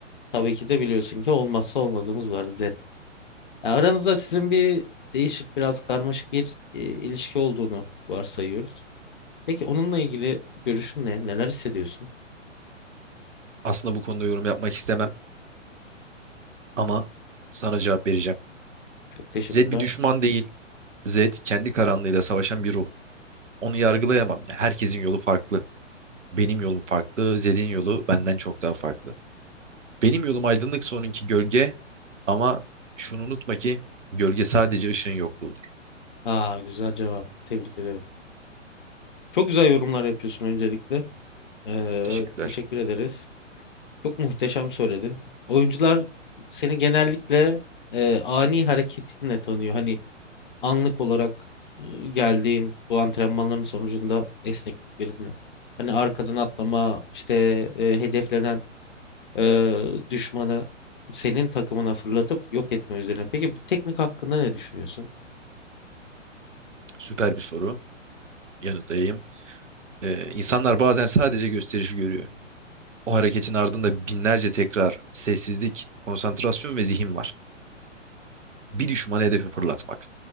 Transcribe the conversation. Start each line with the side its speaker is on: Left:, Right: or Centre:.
Left: Tabii ki de biliyorsun ki olmazsa olmazımız var Z. E, Aranızda sizin bir değişik biraz karmaşık bir e, ilişki olduğunu varsayıyoruz. Peki onunla ilgili görüşün ne? Neler hissediyorsun?
Right: Aslında bu konuda yorum yapmak istemem ama sana cevap vereceğim.
Left: Çok teşekkürler.
Right: Zed bir düşman değil. Zed kendi karanlığıyla savaşan bir ruh. Onu yargılayamam. ya. herkesin yolu farklı. Benim yolum farklı, Zed'in yolu benden çok daha farklı. Benim yolum aydınlıksa onunki gölge ama şunu unutma ki gölge sadece ışığın yokluğudur.
Left: Aa güzel cevap. Tebrik ederim. Çok güzel yorumlar yapıyorsun öncelikle. Ee,
Right: Teşekkürler.
Left: teşekkür ederiz. Çok muhteşem söyledin. Oyuncular seni genellikle e, ani hareketinle tanıyor. Hani anlık olarak e, geldiğin bu antrenmanların sonucunda esnekliklerinle. Hani arkadan atlama, işte e, hedeflenen e, düşmanı senin takımına fırlatıp yok etme üzerine. Peki bu teknik hakkında ne düşünüyorsun?
Right: Süper bir soru. Yanıtlayayım. Ee, insanlar bazen sadece gösterişi görüyor. O hareketin ardında binlerce tekrar, sessizlik, konsantrasyon ve zihin var. Bir düşmanı hedefe fırlatmak.